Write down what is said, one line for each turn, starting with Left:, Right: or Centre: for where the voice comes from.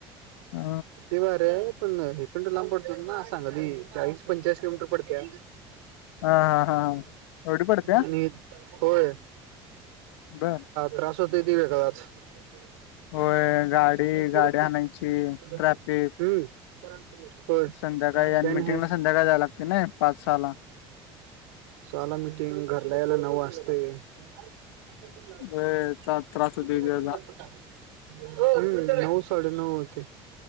Left: हा
Right: ते भारी पण हिकडं न लांब पडतो ना, सांगली चाळीस. पंचेचाळीस किलोमीटर पडत्या.
Left: हा हा हा हा. एवढी पडत्या
Right: आणि होय
Left: बर
Right: त्रास होतय ते वेगळाच. हम्म.
Left: होय गाडी गाडी आणायची ट्रॅफिक
Right: होय.
Left: संध्याकाळी
Right: त्याने
Left: मिटिंगला
Right: हे
Left: संध्याकाळी जायला लागतय ना पाच सहाला.
Right: सहाला मिटिंग, घरला यायला नऊ वाजतय. <unintelligible>
Left: लय चा त्रास
Right: टाकाल.
Left: होतोय त्याचा
Right: हम्म. नऊ साडेनऊ होते.